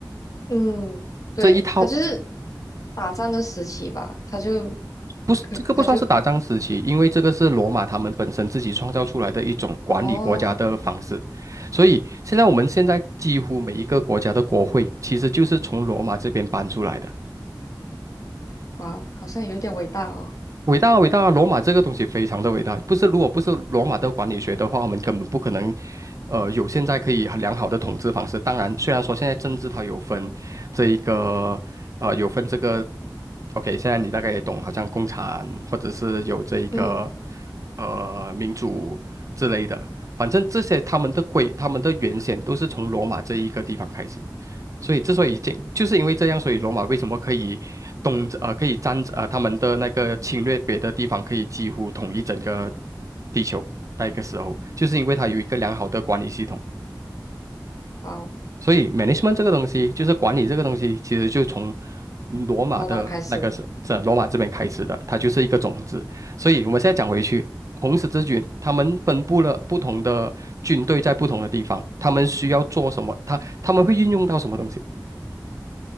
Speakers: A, on the left (about 45°); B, on the right (about 45°).
A: 嗯，对，
B: 这一套
A: 他就是打仗的时期吧，他就，
B: 不是，
A: 可他就。
B: 这个不算是打仗时期，因为这个是罗马他们本身自己创造出来的一种管理国家的方式，
A: 哦，
B: 所以现在我们现在几乎每一个国家的国会其实就是从罗马这边搬出来的。
A: 哇哦，好像有点伟大哦。
B: 伟大啊，伟大啊！罗马这个东西非常的伟大，不是如果不是罗马的管理学的话，我们根本不可能，呃，有现在可以很良好的统治方式。当然，虽然说现在政治它有分这一个，呃，有分这个，OK，现在你大概也懂，好像共产或者是有这一个，
A: 嗯，
B: 呃，民主之类的，反正这些他们的规，他们的原先都是从罗马这一个地方开始。所以之所以这就是因为这样，所以罗马为什么可以东呃可以占呃他们的那个侵略别的地方，可以几乎统一整个地球。那个时候，就是因为它有一个良好的管理系统。
A: 哇哦，
B: 所以 management 这个东西，就是管理这个东西，其实就从罗马的那个是是罗马这边开始的，
A: 罗马开始，
B: 它就是一个种子。所以我们现在讲回去，红十字军他们分布了不同的军队在不同的地方，他们需要做什么，他他们会运用到什么东西。